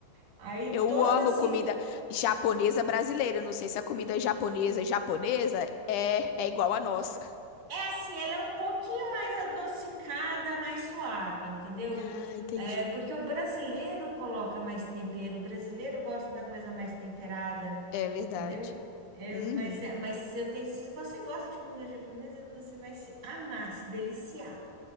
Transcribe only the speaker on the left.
Eu
amo
comida japonesa brasileira. Não sei se a comida japonesa japonesa é, é igual à nossa.
Ah, entendi.
É verdade.
Uhum.